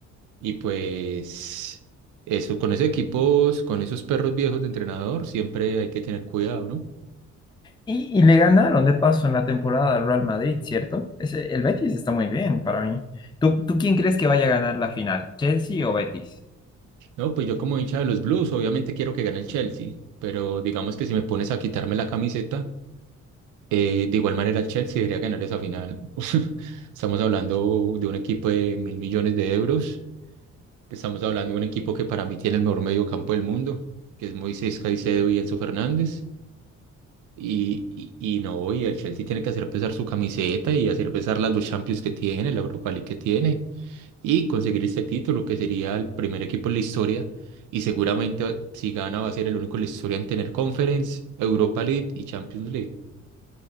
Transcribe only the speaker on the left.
Y, y le ganaron de paso en la temporada al Real Madrid, ¿cierto? Ese, el Betis está muy bien para mí. ¿Tú, tú quién crees que vaya a ganar la final? ¿Chelsea o Betis?